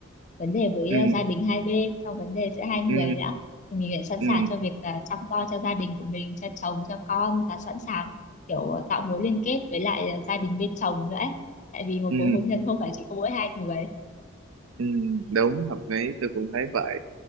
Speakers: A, on the left; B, on the right.
A: vấn đề với
B: ừ
A: ờ, gia đình hai bên xong vấn đề giữa hai người
B: ừ
A: nữa thì mình phải sẵn
B: ừ
A: sàng cho việc ờ, chăm lo cho gia đình của mình cho chồng cho con và sẵn sàng kiểu ờ, tạo mối liên kết với lại ờ, gia đình bên chồng nữa ấy. tại vì một
B: ừ,
A: cuộc hôn nhân không phải chỉ có mỗi hai người
B: ừ, đúng hợp lý tôi cũng thấy vậy